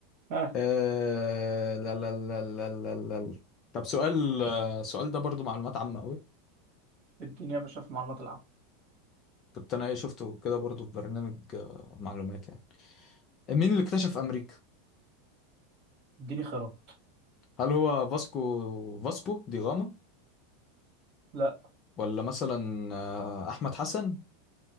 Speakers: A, on the right; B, on the left.
A: ها
B: آه... لا لا لا لا لا لا لا. طب سؤال آه، سؤال ده برضو معلومات عامة قوي
A: اديني يا باشا في المعلومات العامة
B: كنت انا ايه شفته كده برضو في برنامج آه، معلومات يعني مين اللي اكتشف امريكا
A: اديني خيارات
B: هل هو فاسكو فاسكو دي غاما
A: لا
B: ولا مثلا آه، احمد حسن